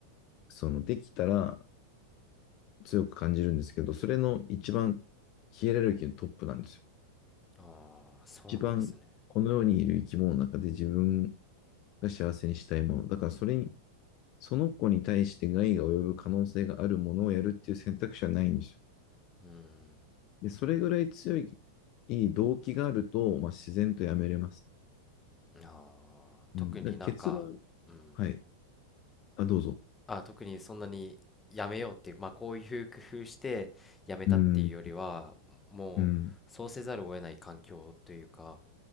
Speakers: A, on the left (about 40°); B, on the left (about 15°).
A: その、できたら強く感じるんですけど、それの一番ヒエラルキーのトップなんですよ。
B: ああーそうなんですね
A: 一番この世にいる生き物の中で自分が幸せにしたいもの。だからそれにその子に対して害が及ぶ可能性があるものをやるっていう選択肢はないんですよ。
B: うん
A: で、それぐらい強い動機があると、まあ、自然とやめれます。
B: ああー特になんかうん
A: うん、だから結論、はい。あ、どうぞ。
B: あ特にそんなにやめようっていうまあこういう工夫してやめたっていうよりはもうそうせざるを得ない環境というか
A: うん、うん、